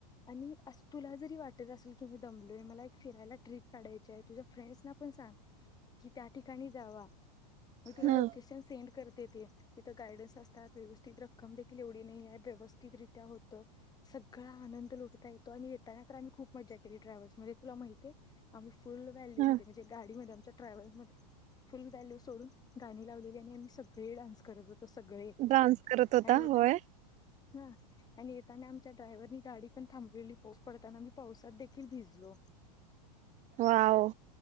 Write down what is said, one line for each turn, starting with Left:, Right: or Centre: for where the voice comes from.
Left: आणि अस तुला जरी वाट असेल की मी दमलोय मला फिरायला ट्रिप काढायची आहे तुझ्या फ्रेंडसना पण सांग की त्या ठिकाणी जावा मी तुला
Right: हा
Left: लोकेशन <unintelligible> तिथे गार्डन्स असतात व्यवस्थित रक्कम देखील एवढी नाहीये व्यवस्थितरित्या होत सगळ आनंद लुटता येतो आणि येताना तर आम्ही खूप मजा केली ट्रॅव्हल्स मध्ये तुला माहितीय अम फुल व्हॅल्यूमध्ये
Right: हा
Left: म्हणजे गाडीमध्ये ट्रॅव्हल्स मध्ये फुल व्हॅल्यू सोडून गाणी लावलेली आहे मेन म्हणजे सगळे डान्स करत होते तर सगळे
Right: डान्स करत होता
Left: आणि येताना
Right: होय.
Left: हा आणि येताना आमच्या ड्रायव्हरनी गाडी पण थांबलेली पाऊस पडताना मी पावसात देखील भिजलो.
Right: वॉव